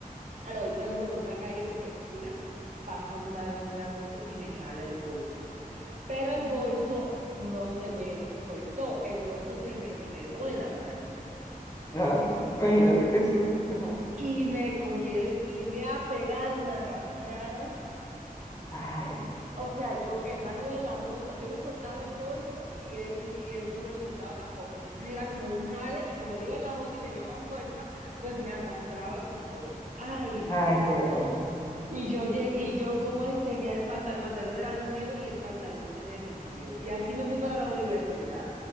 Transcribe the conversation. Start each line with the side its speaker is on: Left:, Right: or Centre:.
Right: Ahora voy pasando por una calle súper oscura, pasa un man en una moto y me jala el bolso. Pero el bolso no se me soltó, el bolso se me enredó en la mano.
Left: No, imagínate qué susto. Ajá.
Right: Y me cogieron y me ha pegado una arrastrada.
Left: Ay,
Right: O sea, yo, el man iba en la moto, yo no soltaba el bolso y él, y él no me lo soltaba tampoco. Entonces era como un jale y como él iba en la moto y tenía más fuerza, pues me arrastraba con todo. Ay, no.
Left: ay, qué broma.
Right: Y yo, lle- y yo como es, tenía el pantalón, el pantalón era nuevo y el pantalón se me rompió. Y así me fui para la universidad.